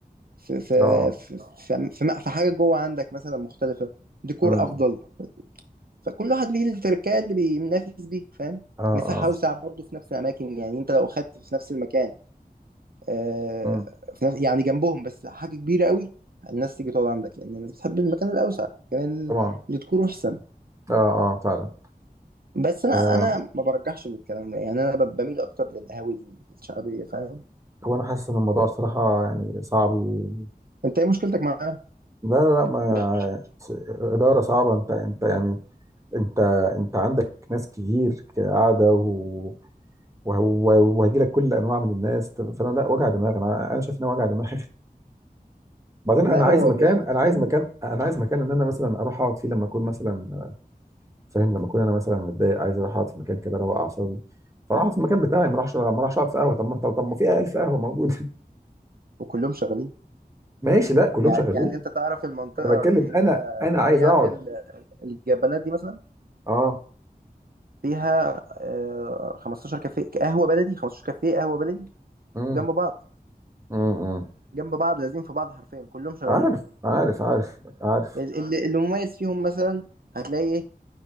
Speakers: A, on the right; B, on the right.
A: في في
B: اه
A: في في, في, في, في حاجه جوه عندك مثلا مختلفه ديكور
B: امم
A: افضل فكل واحد ليه التركية اللي بينافس بيها فاهم
B: اه
A: مساحة
B: اه
A: أوسع برضه في نفس الأماكن يعني أنت لو أخدت في نفس المكان آه
B: امم
A: في نفس يعني جنبهم بس حاجة كبيرة قوي الناس تيجي تقعد عندك لأن الناس بتحب المكان الأوسع المكان
B: طبعا
A: اللي تكون أحسن
B: اه اه فعلا
A: بس أنا
B: آه.
A: أنا ما برجحش للكلام ده يعني أنا ب- بميل أكتر للقهاوي الشعبية فاهم
B: هو انا حاسس ان الموضوع الصراحه يعني صعب و...
A: أنت إيه مشكلتك معاها؟
B: لا لا لا، ما
A: لا
B: س- اداره صعبه انت انت يعني انت انت عندك ناس كتير قاعده و... وهو- وهيجي لك كل انواع من الناس فانا لا وجع دماغ انا انا شايف ان هو وجع دماغ بعدين
A: لا،
B: انا عايز
A: هو
B: مكان
A: بالعكس
B: انا عايز
A: يعني
B: مكان انا عايز مكان ان انا مثلا اروح اقعد فيه لما اكون مثلا فاهم لما اكون انا مثلا متضايق عايز اروح اقعد في مكان كده اروق اعصابي فاروح أقعد في المكان بتاعي ما اروحش ما اروحش اقعد في قهوه طب ما طب طب ما في 1000 قهوه موجوده
A: وكلهم شغالين
B: <laughs> ماشي لا كلهم
A: يعني
B: شغالين
A: يعني أنت تعرف المنطقة
B: انا بتكلم
A: اللي هي
B: انا انا عايز
A: اللي هي
B: اقعد
A: عند ال- الجبانات دي مثلا
B: اه
A: فيها آه، 15 كافيه قهوه بلدي 15 كافيه قهوه بلدي
B: امم
A: جنب بعض
B: امم
A: جنب بعض لازم في بعض حرفيا كلهم شغالين
B: عارف عارف عارف عارف
A: ال- اه اللي, اللي مميز فيهم مثلا هتلاقي ايه